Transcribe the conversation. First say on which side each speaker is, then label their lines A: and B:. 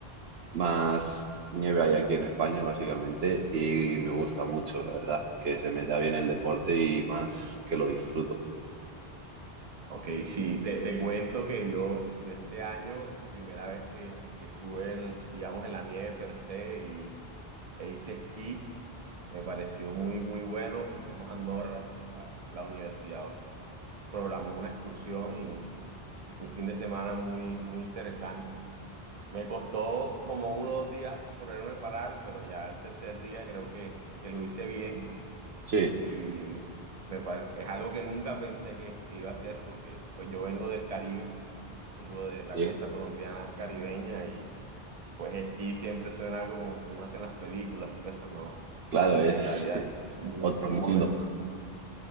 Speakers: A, on the right; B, on the right.
A: más nieve hay aquí en España, básicamente, y me gusta mucho, la verdad, que se me da bien el deporte y más que lo disfruto.
B: Ok, sí, te, te cuento que yo, yo este año, primera vez que, que estuve en, digamos, en la nieve per se y, e hice esquí, me pareció muy, muy bueno. Fuimos a Andorra, la, la universidad programó una excursión y, y fue un fin de semana muy, muy interesante. Me costó como uno o dos días poderme parar, pero ya el tercer día creo que, que lo hice bien
A: Sí,
B: y me- me par- es algo que nunca pensé que, que iba a hacer porque pues yo vengo del Caribe, vengo de la
A: sí,
B: costa colombiana caribeña y pues esquí siempre suena algo como que uno hace en las películas, <laughs> pero no,
A: claro, es
B: en la vida
A: <laughs>
B: es muy,
A: otro
B: muy
A: mundo.
B: bueno.